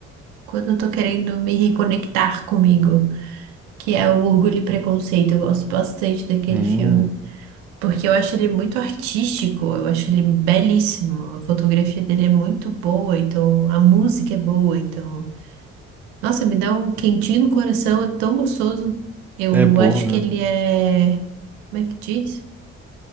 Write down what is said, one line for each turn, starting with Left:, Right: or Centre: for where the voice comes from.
Right: quando eu tô querendo me reconectar comigo, que é o Orgulho e Preconceito. Eu gosto bastante daquele
Centre: Hum,
Right: filme. Porque eu acho ele muito artístico, eu acho ele belíssimo, a fotografia dele é muito boa, então a música é boa, então. Nossa, me dá um quentinho no coração, é tão gostoso. Eu
Centre: é bom,
Right: acho
Centre: né?
Right: que ele é. Como é que diz?